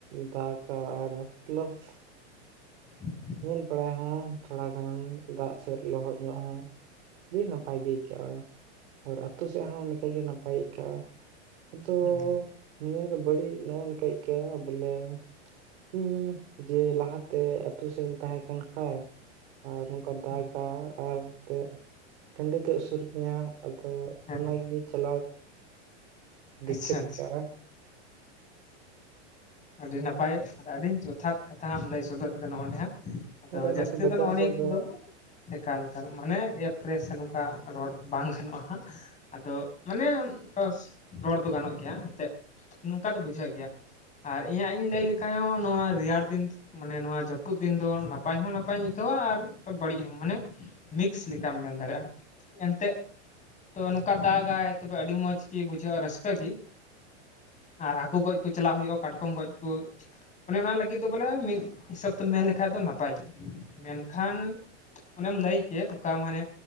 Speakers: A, on the right; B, on the left.
A: ᱫᱟᱜ ᱠᱟ ᱟᱨ ᱢᱚᱛᱞᱚᱵ
B: <unintelligible>
A: ᱧᱮᱞ ᱵᱟᱲᱟᱭ ᱦᱚᱸ ᱛᱷᱚᱲᱟ ᱜᱟᱱ ᱫᱟᱜ ᱥᱮᱫ ᱞᱚᱦᱚᱫ ᱧᱚᱜ ᱦᱚᱸ ᱱᱟᱯᱟᱭ ᱜᱮ ᱤᱠᱟᱹᱜ-ᱟ ᱟᱛᱳ ᱥᱮᱫ ᱦᱚᱸ ᱱᱤᱠᱟᱹ ᱜᱮ ᱱᱟᱯᱟᱭ ᱤᱠᱟᱹᱜ-ᱟ ᱾ ᱟᱫᱚ
B: ᱦᱩᱸ
A: ᱱᱤᱭᱟᱹ ᱫᱚ ᱵᱟᱹᱲᱤᱡ ᱱᱚᱜ-ᱚ ᱱᱚᱝᱠᱟ ᱟᱹᱭᱠᱟᱹᱜ-ᱟ ᱵᱚᱞᱮ ᱦᱩ ᱡᱮ ᱞᱟᱦᱟᱛᱮ ᱟᱹᱛᱩ ᱥᱮᱫ ᱤᱧ ᱛᱟᱦᱮᱸ ᱠᱟᱱ ᱠᱷᱟᱡᱽ ᱟᱨ ᱱᱚᱝᱠᱟ ᱫᱟᱜᱟ
B: ᱦᱩᱸ
A: ᱟᱨ ᱮᱱᱛᱮ ᱴᱟᱺᱰᱤ ᱛᱮ ᱩᱥᱩᱨ ᱢᱮᱭᱟ ᱟᱫᱚ
B: ᱦᱮᱸ
A: ᱚᱱᱟ ᱜᱮᱞᱤᱧ ᱪᱟᱞᱟᱜ ᱫᱤᱠᱷᱮ
B: ᱟᱪᱪᱷᱟ
A: ᱛᱤᱠᱷᱟᱜ-ᱟ
B: ᱟᱪᱪᱷᱟ ᱟᱹᱰᱤ ᱱᱟᱯᱟᱭ ᱟᱨ ᱟᱹᱰᱤ ᱡᱚᱛᱷᱟᱛ ᱠᱟᱛᱷᱟᱢ ᱞᱟᱹᱭ ᱥᱚᱫᱚᱨ ᱠᱮᱫᱟ ᱱᱚᱰᱮᱸ ᱦᱟᱸᱜ ᱟᱫᱚ
A: ᱦᱮᱸ ᱚᱱᱟᱛᱮ
B: ᱡᱟᱹᱥᱛᱤ
A: ᱵᱟᱡᱟᱨ
B: ᱫᱚ ᱱᱚᱜ ᱱᱤᱭᱟᱹ
A: ᱥᱮᱫ
B: ᱠᱚᱫᱚ
A: ᱫᱚ
B: ᱮᱠᱟᱞ ᱞᱮᱠᱟᱞ ᱢᱟᱱᱮ ᱮᱯ ᱨᱮ ᱥᱮ ᱱᱚᱝᱠᱟ ᱨᱚᱱ ᱵᱟᱝ ᱜᱟᱱᱚᱜᱼᱟ ᱦᱟᱸᱜ᱾ ᱟᱫᱚ ᱢᱟᱱᱮ ᱚᱱᱠᱟ ᱨᱚᱲ ᱫᱚ ᱜᱟᱱᱚᱜ ᱜᱮᱭᱟ ᱮᱱᱛᱮᱫ ᱱᱚᱝᱠᱟ ᱫᱚ ᱵᱩᱡᱷᱟᱹᱜ ᱜᱮᱭᱟ ᱾ ᱟᱨ ᱤᱧᱟᱹᱜ ᱤᱧ ᱞᱟᱹᱭ ᱞᱮᱠᱷᱟᱡ ᱦᱚᱸ ᱱᱚᱣᱟ ᱨᱮᱭᱟᱲ ᱫᱤᱱ ᱢᱟᱱᱮ ᱱᱚᱣᱟ ᱡᱟᱹᱯᱩᱫ ᱫᱤᱱ ᱫᱚ ᱱᱟᱯᱟᱭ ᱦᱚᱸ ᱱᱟᱯᱟᱭᱤᱧ ᱟᱹᱭᱠᱟᱹᱣᱟ ᱟᱨ ᱵᱟᱹᱲᱤᱡ ᱦᱚᱸ, ᱢᱟᱱᱮ ᱢᱤᱠᱥ ᱞᱮᱠᱟᱢ ᱢᱮᱱ ᱫᱟᱲᱮᱭᱟᱜᱼᱟ, ᱮᱱᱛᱮᱜ ᱛᱚ ᱱᱚᱝᱠᱟ ᱫᱟᱜᱟᱭ ᱛᱚᱵᱮ ᱟᱹᱰᱤ ᱢᱚᱸᱡᱽ ᱜᱮ ᱵᱩᱡᱷᱟᱹᱜᱼᱟ ᱨᱟᱹᱥᱠᱟᱹ ᱜᱮ᱾ ᱟᱨ ᱦᱟᱹᱠᱩ ᱜᱚᱡ ᱠᱚ ᱪᱟᱞᱟᱣ ᱦᱩᱭᱩᱜᱼᱟ, ᱠᱟᱴᱠᱚᱢ ᱜᱚᱡ ᱠᱚ, ᱚᱱᱮ ᱚᱱᱟ ᱞᱟᱹᱜᱤᱫ ᱫᱚ ᱵᱚᱞᱮ ᱢᱤᱫ ᱦᱤᱥᱟᱹᱵ ᱛᱮᱢ ᱢᱮᱱ ᱞᱮᱠᱷᱟᱡ ᱫᱚ ᱱᱟᱯᱟᱭ ᱜᱮ, ᱢᱮᱱᱠᱷᱟᱱ ᱚᱱᱮᱢ ᱞᱟᱹᱭ ᱠᱮᱫ ᱚᱱᱠᱟ ᱢᱟᱱᱮ